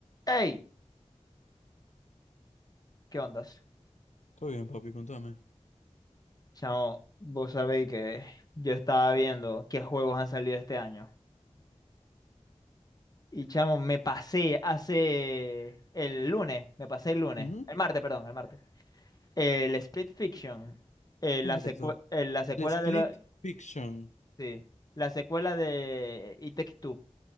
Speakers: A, on the left (about 35°); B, on the left (about 85°).
A: Hey, ¿qué ondas?
B: Todo bien, papi, contame.
A: Chamo, vos sabéis que yo estaba viendo qué juegos han salido este año. Y chamo, me pasé hace el lunes, me pasé el lunes,
B: Ujú, ujú.
A: el martes, perdón, el martes. El Split Fiction, eh,
B: ¿Qué
A: la
B: es
A: secue-
B: eso?
A: eh, la secuela
B: El Split
A: de lo-
B: Fiction.
A: sí, la secuela de It Takes Two.